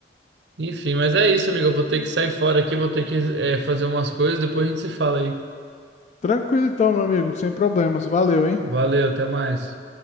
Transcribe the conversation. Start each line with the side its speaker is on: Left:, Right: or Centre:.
Right: Enfim, mas é isso, amigo. Eu vou ter que sair fora aqui, vou ter que, eh, fazer umas coisas, depois a gente se fala aí.
Left: Tranquilo então, meu amigo, sem problemas. Valeu, hein?
Right: Valeu, até mais.